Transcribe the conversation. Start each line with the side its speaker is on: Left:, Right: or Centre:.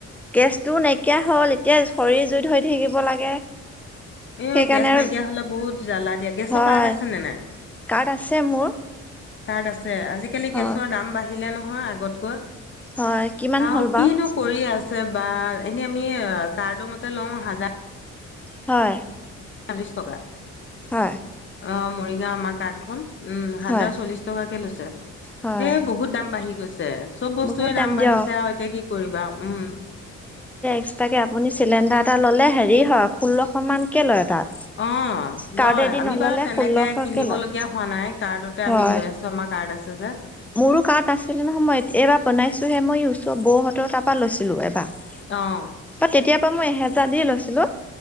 Centre: গেছটোও নাইকিয়া হল, এতিয়া খৰীৰ জুইত ধৰি থাকিব লাগে।
Left: এ
Centre: সেইকাৰণে
Left: অ', গেছ
Centre: আৰু
Left: নাইকিয়া হলে বহুত জ্বালা দিয়ে। গেছৰ
Centre: হয়
Left: কাৰ্ড আছে নে নাই?
Centre: কাৰ্ড আছে মোৰ।
Left: কাৰ্ড আছে! আজিকালি
Centre: হয়
Left: গেছৰ দাম বাঢ়িলে নহয় আগতকৈ।
Centre: হয় কিমান
Left: অহ,
Centre: হ'ল বাৰু
Left: কিনো কৰি আছ ছে বা এনে আমি কাৰ্ড মতে লওঁ হাজাৰ
Centre: হয়।
Left: চল্লিছ টকা।
Centre: হয়।
Left: অ', মৰিগাঁও আমাৰ কাৰ্ডখন। উম, হাজাৰ
Centre: হয়
Left: চল্লিশ টকাকে লৈছে।
Centre: হয়
Left: এ বহুত দাম বাঢ়ি গৈছে। চব বস্তুৱে
Centre: বহুত
Left: দাম
Centre: দিয়ক
Left: বাঢ়িছে আৰু এতিয়া কি কৰিবা, উম।
Centre: এক্সট্ৰাকৈ আপুনি চিলিণ্ডাৰ এটা ল'লে হেৰি হয় ষোল্লশমানকৈ লয়। তাত।
Left: অ',
Centre: কাৰ্ডেদি
Left: লয়। আমি
Centre: নল'লে
Left: বাৰু তেনেকে
Centre: ষোল্লশকে
Left: কিনিব
Centre: লয়
Left: লগীয়া হোৱা নাই কাৰ্ডতে
Centre: হয়।
Left: আমি লৈ আছো আমাৰ কাৰ্ড আছে। যে
Centre: মোৰো কাৰ্ড আছিলে নহয় এইবাৰ বনাইছোহে মই ওচৰৰ বৌহঁতৰ তাৰপ পৰা লৈছিলো এবাৰ। বা
Left: অ
Centre: তেতিয়াৰ পৰা মই এহেজাৰ দিয়ে লৈছিলো।